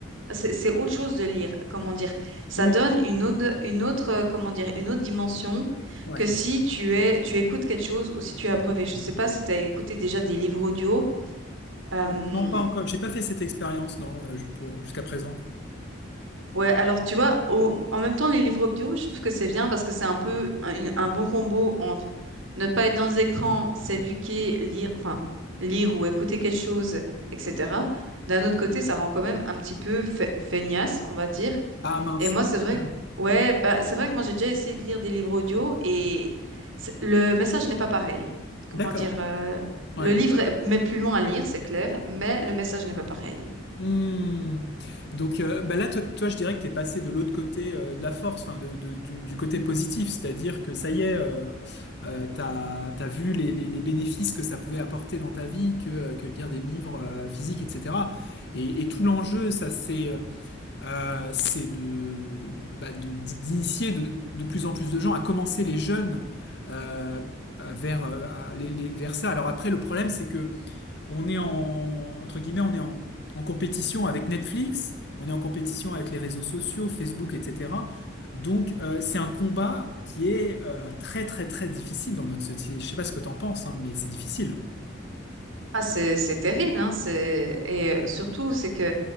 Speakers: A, on the right (about 80°); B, on the left (about 55°).
A: c'est c'est autre chose de lire, comment dire. Ça
B: Oui.
A: donne une autre, une autre, euh, comment dire, une autre dimension
B: Ouais.
A: que si tu es, tu écoutes quelque chose ou si tu es abreuvé. Je sais pas si tu as écouté déjà des livres audio. Euh,
B: Euh, non, pas encore. J'ai pas fait cette expérience dans euh, pour jusqu'à présent.
A: ouais, alors tu vois, au- en même temps, les livres audio, je trouve que c'est bien parce que c'est un peu un, un bon combo entre ne pas être dans les écrans, s'éduquer, lire, enfin, lire ou écouter quelque chose, etc. D'un autre côté, ça rend quand même un petit peu fe- feignasse, on va dire.
B: Ah mince.
A: Et moi, c'est vrai
B: <laughs>
A: que, ouais, bah, c'est vrai que moi, j'ai déjà essayé de lire des livres audio et c'est- le message n'est pas pareil. Comment
B: D'accord.
A: dire, euh, le
B: Ouais.
A: livre est- met plus loin à lire, c'est clair, mais le message n'est pas pareil.
B: Hmm. Donc euh, bah là, toi, toi, je dirais que t'es passé de l'autre côté euh, de la force, enfin de, de- du, du côté positif, c'est-à-dire que ça y est, euh, euh, t'as, t'as vu les, les, les bénéfices que ça pouvait apporter dans ta vie, que, euh, que de lire des livres euh, physiques, etc. Et, et tout l'enjeu, ça c'est euh, euh, c'est de, bah, de d'initier de, de plus en plus de gens à commencer les jeunes euh, euh, vers euh, à- les, les- vers ça. Alors après, le problème, c'est que on est en, entre guillemets, on est en, en compétition avec Netflix, on est en compétition avec les réseaux sociaux, Facebook, etc. Donc, euh, c'est un combat qui est euh, très, très, très difficile dans notre société. Je sais pas ce que t'en penses, hein, mais c'est difficile.
A: Ah, c'est, c'est terrible, hein, c'est, et surtout, c'est que,